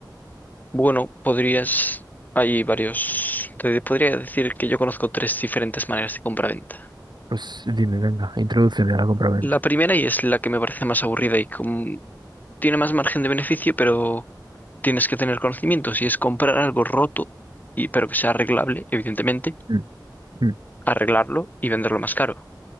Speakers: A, on the left; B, on the right.
A: Bueno, podrías, hay varios, te podría decir que yo conozco tres diferentes maneras de compra-venta.
B: Pues dime, venga, introdúceme a la compraventa.
A: La primera y es la que me parece más aburrida y con- tiene más margen de beneficio, pero tienes que tener conocimientos y es comprar algo roto y pero que sea arreglable, evidentemente,
B: Mm, mm,
A: arreglarlo y venderlo más caro.